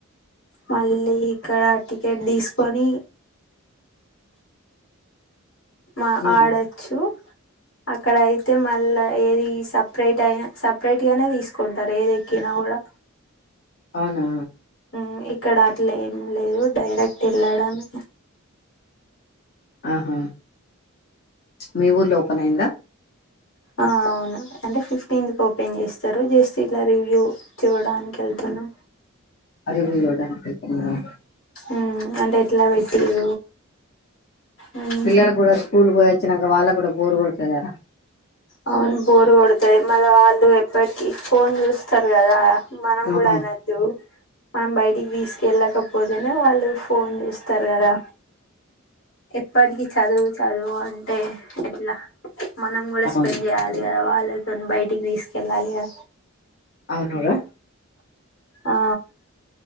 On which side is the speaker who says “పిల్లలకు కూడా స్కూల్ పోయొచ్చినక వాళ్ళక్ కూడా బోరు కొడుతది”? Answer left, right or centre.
Left